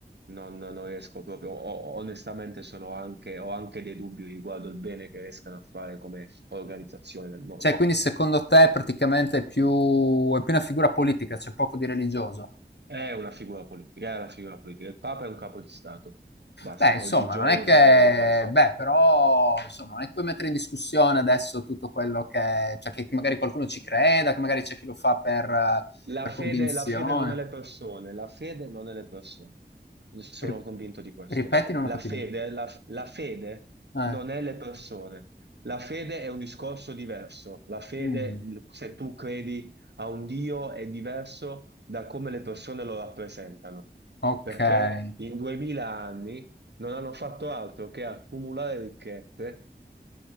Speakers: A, on the right (about 75°); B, on the left (about 75°).
A: Non, non riesco proprio, o- onestamente sono anche, ho anche dei dubbi riguardo il bene che riescano a fare come organizzazione del mondo.
B: Cioè, quindi secondo te praticamente è più, è più una figura politica, c'è poco di religioso?
A: È una figura politica, è una figura politica. Il Papa è un capo di Stato. Basta,
B: Beh, insomma,
A: oggigiorno
B: non è che...
A: si parla di questo.
B: Beh, però, insomma, non è che puoi mettere in discussione adesso tutto quello che... Cioè, che magari qualcuno ci creda, che magari c'è chi lo fa per,
A: La
B: per
A: fede,
B: convinzione.
A: la fede non è le persone, la fede non è le persone. Sono
B: Ri
A: convinto di questo.
B: ripeti, non
A: La
B: ho capito.
A: fede, la, la fede
B: Eh.
A: non è le persone. La fede è un discorso diverso. La fede,
B: Mh,
A: l- se tu credi a un Dio, è diverso da come le persone lo rappresentano.
B: okay.
A: Perché in duemila anni non hanno fatto altro che accumulare ricchezze